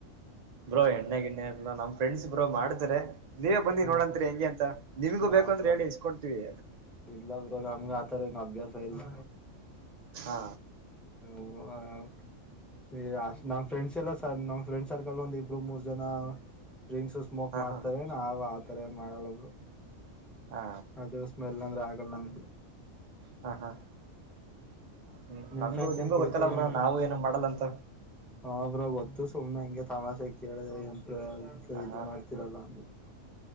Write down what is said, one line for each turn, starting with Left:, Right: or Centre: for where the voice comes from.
Right: ಬ್ರೋ ಎಣ್ಣೆ ಗಿಣ್ಣೆ ಇಲ್ಲದ ನಮ್ಮ ಫ್ರೆಂಡ್ಸ್ ಬ್ರೋ ಮಾಡ್ತಾರೆ. <unintelligible> ನೀವೇ ಬಂದಿ
Centre: ಹ್ಮ್
Right: ನೋಡಂತ್ರಿ
Centre: ಹ್ಮ್
Right: ಹೆಂಗೆ ಅಂತ ನಿಮ್ಗೂ
Centre: ಹ
Right: ಬೇಕ ಅಂದ್ರ
Centre: ಬ್ರೋ
Right: ಹೇಳಿ ಇಸ್ಕೊಂತೀವಿ
Centre: ಇಲ್ಲ ಬ್ರೋ ನಮಗೆ ಆತರ ಏನು ಅಭ್ಯಾಸ ಇಲ್ಲ
Right: ಹಾ
Centre: ಅವರು ಆ ನಮ್ ಫ್ರೆಂಡ್ಸ್ ಎಲ್ಲ ಸರ್ ನಮ್ ಫ್ರೆಂಡ್ ಸರ್ಕಲ್ ಒಂದ ಇಬ್ರು ಮೂರ್ ಜನ ಡ್ರಿಂಕ್ಸ್ ಸ್ಮೋಕ್
Right: ಹಾ
Centre: ಮಾಡ್ತಾರ
Right: ಹಾ
Centre: ನಾವ್ ಏನ ಆತರ ಏನ್ ಮಾಡಲ್ಲ ಒಬ್ರು
Right: ಹಾ
Centre: ಅದ ಸ್ಮೆಲ್ ಅಂದ್ರೆ ಆಗಲ್ಲ ನಂಗೆ
Right: ಹಾ ಹಾ ಹ್ಮ್
Centre: ನಿಮ್
Right: ನಮ್ಗೂ
Centre: ಫ್ರೆಂಡ್ಸ್
Right: ನಿಮ್ಗೂ
Centre: ಏನ್ ಕುಡಿತಾರೆ
Right: ಗೊತ್ತಲ್ಲ ಬ್ರೋ
Centre: ಏನ್ ಬಿಡ
Right: ನಾವು ಏನು ಮಾಡಲ್ಲ ಅಂತ
Centre: ಹಾ. ಬ್ರೋ ಗೊತ್ತು ಸುಮ್ನೆ ಹಂಗೆ ತಮಾಷೆಗೆ ಕೇಳಿದೆ ಬ್ರೋ ಇದು
Right: ಹ
Centre: ಮಾಡ್ತೀರಲ್ಲ ಅನ್ಬಿಟ್ಟು